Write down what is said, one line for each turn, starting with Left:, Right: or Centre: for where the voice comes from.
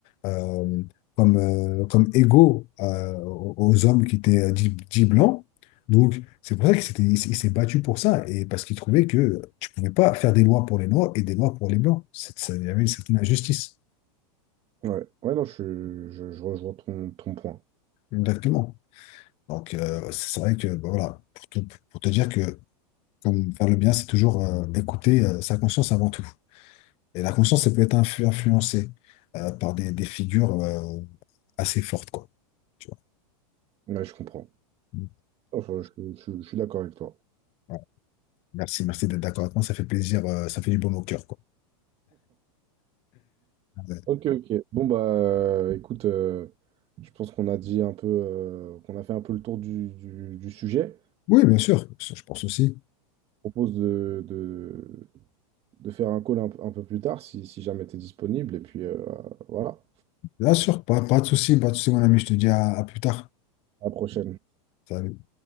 Left: euh, comme, euh, comme égaux euh, aux aux hommes qui étaient euh, dits dits blancs. Donc, c'est pour ça qu'il s'était- il s'est il s'est battu pour ça, et parce qu'il trouvait que tu pouvais pas faire des lois pour les Noirs et des lois pour les Blancs. C'est- ça- Il y avait une certaine injustice.
Right: ouais, Ouais, non, je, je, je rejoins ton, ton point.
Left: Exactement. Donc, euh, c'est vrai que, bah, voilà, pour te, pour te dire que comme faire le bien, c'est toujours euh, écouter euh, sa conscience avant tout. Et la conscience, elle peut être influ- influencée euh, par des, des figures euh, assez fortes, quoi. Tu vois.
Right: Ouais, je comprends.
Left: Mm.
Right: Enfin, je, je- je suis d'accord avec toi.
Left: Voilà. Merci, merci d'être d'accord avec moi. Ça fait plaisir, euh, ça fait du baume au cœur, quoi. Ouais.
Right: Ok, ok. Bon, bah, euh, écoute, euh, je pense qu'on a dit un peu, euh, qu'on a fait un peu le tour du, du- du sujet.
Left: Oui, bien sûr, je pense aussi.
Right: Je propose de, de, de faire un call un, un peu plus tard si, si jamais tu es disponible. Et puis, euh, voilà,
Left: Bien sûr, pas, pas de souci, pas de souci, mon ami, je te dis à à plus tard.
Right: à la prochaine.
Left: Salut.